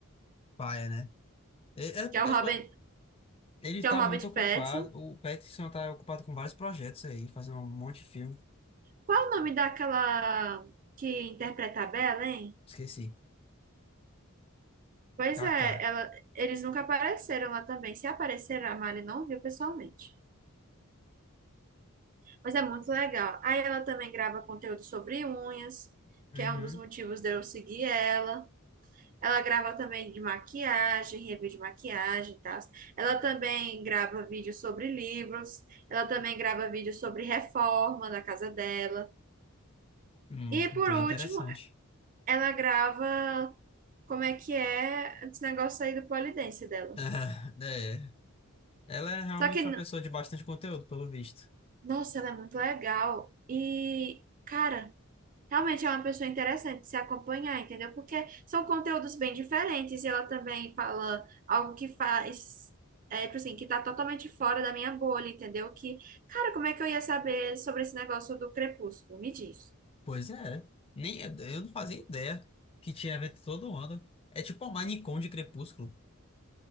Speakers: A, on the left; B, on the right.
A: paia, né? É é porque
B: que é o
A: os
B: Robert,
A: pro- ele
B: que
A: tá
B: é o Robert
A: muito ocupado.
B: Pattinson.
A: O Pattinson tá ocupado com vários projetos aí, fazendo um monte de filme.
B: Qual é o nome daquela que interpreta a Bella, hein?
A: Esqueci.
B: Pois
A: KK.
B: é, ela, eles nunca apareceram lá também. Se apareceram, a Mari não viu pessoalmente. Mas é muito legal. Aí ela também grava conteúdo sobre unhas,
A: Uhum.
B: que é um dos motivos de eu seguir ela. Ela grava também de maquiagem, review de maquiagem e tal. Ela também grava vídeos sobre livros. Ela também grava vídeos sobre reforma da casa dela.
A: Hum,
B: E por
A: bem
B: último,
A: interessante.
B: ela grava como é que é esse negócio aí do polidense dela.
A: <laughs> É. Ela é realmente
B: Só que
A: uma pessoa de bastante conteúdo, pelo visto.
B: Nossa, ela é muito legal. E, cara, realmente é uma pessoa interessante de se acompanhar, entendeu? Porque são conteúdos bem diferentes e ela também fala algo que faz, é, tipo assim, que tá totalmente fora da minha bolha, entendeu? Que, cara, como é que eu ia saber sobre esse negócio do Crepúsculo? Me diz.
A: Pois é. Nem, eu não fazia ideia que tinha evento todo ano. É tipo a Minecon de Crepúsculo.